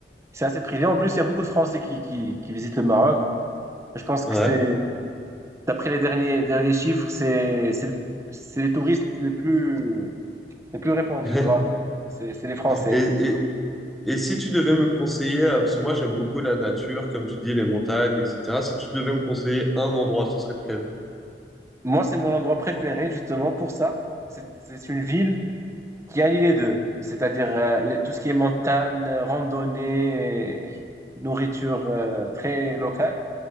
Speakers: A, on the right; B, in the centre.
A: c'est assez prisé. En plus, il y a beaucoup de Français qui, qui, qui visitent le Maroc. Je pense
B: Ouais.
A: que c'est, d'après les derniers, derniers chiffres, c'est c'est le- c'est les touristes les plus, les plus répandus.
B: <laughs>
A: Voilà, c'est c'est les Français.
B: Et, et, et si tu devais me conseiller, euh, parce que moi j'aime beaucoup la nature, comme tu dis, les montagnes, etc. Si tu devais me conseiller un endroit, ce serait lequel?
A: Moi, c'est mon endroit préféré, justement, pour ça. C'est c'est une ville. qui allie les deux, c'est-à-dire euh, le- tout ce qui est montagne, euh, randonnée, et nourriture euh, très locale,